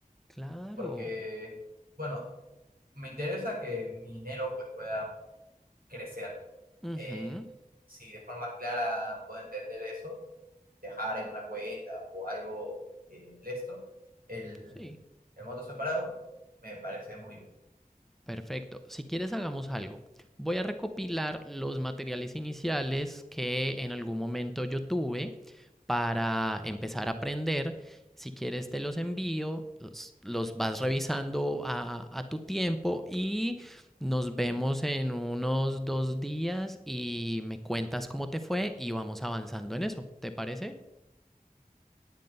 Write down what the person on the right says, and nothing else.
porque, bueno, me interesa que mi dinero pues pueda crecer.
Eh, si de forma clara puedo entender eso, dejar en una cuenta o algo eh, de esto, el,
el monto separado me parece muy bien.